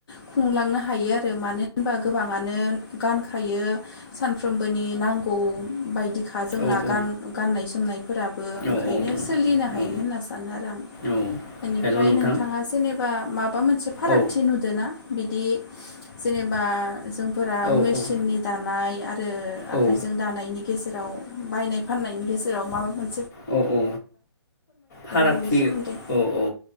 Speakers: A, on the left; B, on the left.
A: खुंलांनो हायो आरो। मानो होनबा गोबाङानो गानखायो सानफ्रोमबोनि नांगौ बायदि खा जोंना
B: औ औ
A: गान-गाननाय जोमनायफोराबो ओंखायनो
B: औ
A: सोलिनो हायो
B: औ
A: होनना सानो आरो आं।
B: औ
A: ओनिफ्राय
B: हेल' नोंथां
A: नोंथाङा जेनेबा माबा मोनसे फारागथि
B: औ
A: नुदो ना? बिदि जेनेबा जों फोरा
B: औ
A: मेसिननि
B: औ
A: दानाय ओ आखाइजों
B: औ
A: दानायनि गेजेर राव बायनाय फाननायनि गेजेराव माबा मोन
B: औ औ फारागथि
A: बेनि सोमोन्दै
B: औ औ